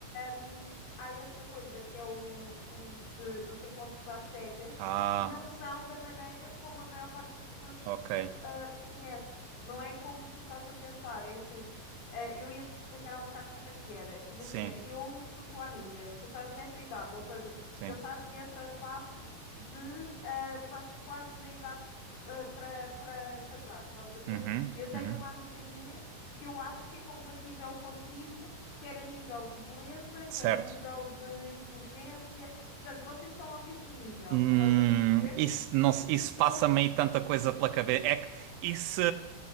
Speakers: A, on the left; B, on the right.
A: Hum, há esta coisa que é o- os, eh, os encontros às cegas,
B: Ah,
A: que não são da maneira como a maior parte das pessoas
B: ok.
A: se- ah, conhece. Não é como tu estás a pensar, é assim. ah, eu ia-te explicar há um bocado como é que era. Imagina,
B: Sim,
A: eu sou tua amiga, tu estás nessa idade, ou seja,
B: sim.
A: já estás nessa fase de, ah, estás quase na idade ah, para para casar, estás a ver?
B: Uhum,
A: Eu tenho
B: uhum.
A: uma amiga minha que eu acho que é compatível contigo quer a nível de beleza, quer
B: Certo.
A: a nível de inteligência. Portanto, vocês estão ao mesmo nível,
B: Hum,
A: estás a perceber?
B: isso, não, se- isso passa
A: Eu
B: meio tanta coisa pela cabeça. É que isso,